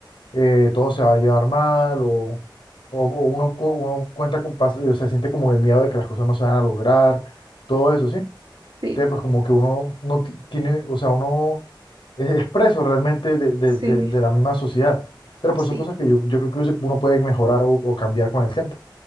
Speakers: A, on the left; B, on the right.
A: eh, todo se va a llevar mal o, o- o uno, cu- uno cuenta con, pas- eh, se siente como el miedo de que las cosas no se van a lograr, todo eso, ¿sí?
B: sí,
A: Entonces, pues como que uno no ti- tiene, o sea, uno es es preso realmente de, de-
B: sí,
A: de- de la misma sociedad. Pero pues
B: sí.
A: son cosas que yo, yo creo que uno puede mejorar o, o cambiar con el tiempo.